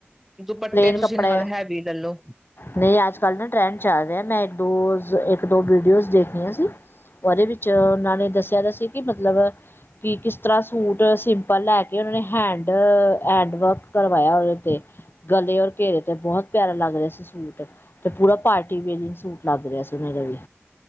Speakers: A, in the centre; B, on the left.
A: ਦੁਪੱਟੇ
B: ਪਲੇਨ
A: ਤੁਸੀਂ
B: ਕੱਪੜੇ
A: ਨਾਲ ਹੈਵੀ ਲੈ ਲੋ
B: ਨਹੀਂ ਅੱਜ ਕੱਲ੍ਹ ਨਾ ਟਰੈਂਡ ਚੱਲ ਰਿਹਾ, ਮੈਂ ਇੱਕ ਦੋ ਇੱਕ ਦੋ ਵੀਡੀਓਜ਼ ਦੇਖੀਆਂ ਸੀ ਉਹਦੇ ਵਿੱਚ ਉਹਨਾਂ ਨੇ ਦੱਸਿਆ ਤਾਂ ਸੀ ਕਿ ਮਤਲਬ ਕਿ ਕਿਸ ਤਰ੍ਹਾਂ ਸੂਟ ਸਿੰਪਲ ਲੈ ਕੇ ਉਹਨਾਂ ਨੇ ਹੈਂਡ ਹੈਂਡ ਵਰਕ ਕਰਵਾਇਆ ਉਹਦੇ ਤੇ, ਗਲੇ ਔਰ ਘੇਰੇ ਤੇ ਬਹੁਤ ਪਿਆਰਾ ਲੱਗ ਰਿਹਾ ਸੀ ਸੂਟ, ਤੇ ਪੂਰਾ ਪਾਰਟੀ ਵੇਅਰਿੰਗ ਸੂਟ ਲੱਗ ਰਿਹਾ ਸੀ ਉਹਨਾਂ ਦੇ ਵੀ।